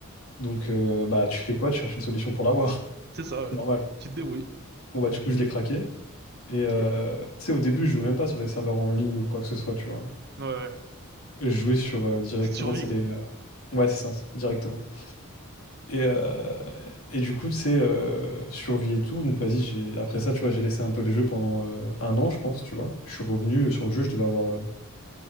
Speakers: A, on the left (about 70°); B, on the right (about 50°).
A: Donc euh, bah tu fais quoi? Tu cherches une solution pour l'avoir.
B: c'est
A: <laughs>
B: ça, ouais.
A: Normal.
B: Tu te débrouilles.
A: Bon bah du coup, je l'ai craqué. Et
B: Ok.
A: euh,
B: Ouais,
A: tu sais, au début, je jouais même pas sur les serveurs en ligne ou quoi que ce soit, tu vois.
B: ouais.
A: Je jouais sur euh, directement,
B: Tu te survis,
A: c'est
B: quoi.
A: les. euh, Ouais, c'est ça, c'est- directement. Et, euh, et du coup, tu sais, euh, survie et tout. Donc, vas-y, j'ai... après ça, tu vois, j'ai laissé un peu le jeu pendant euh, un an, je pense, tu vois. Je suis revenu euh, sur le jeu, je devais avoir euh,